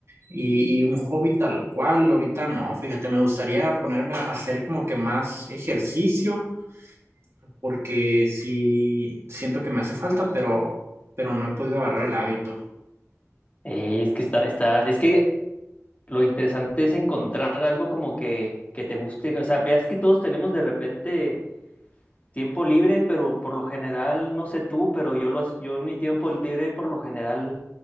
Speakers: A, on the right; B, on the left.
A: Y, y un hobby tal cual, ahorita no, fíjate, me gustaría ponerme a hacer como que más ejercicio, porque sí siento que me hace falta, pero, pero no he podido agarrar el hábito.
B: Ey, es que está, está, es que lo interesante es encontrar algo como que, que te guste. O sea, veas que todos tenemos de repente tiempo libre, pero por lo general, no sé tú, pero yo, lo, yo en mi tiempo libre, por lo general,